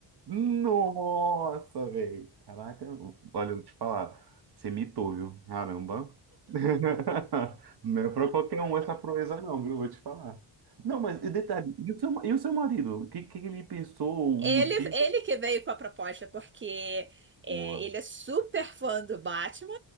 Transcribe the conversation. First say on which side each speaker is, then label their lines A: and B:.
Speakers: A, on the right; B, on the right.
A: Nossa, velho. Caraca. Olha, eu vou te falar. Você mitou, viu? Caramba. <laughs> Não é pra qualquer um essa proeza, não, viu? Vou te falar. Não, mas e detalhe, e o seu, e o seu marido? O que, que ele pensou? O
B: Ele,
A: motivo?
B: ele que veio com a proposta, porque é,
A: Boa.
B: ele é super fã do Batman,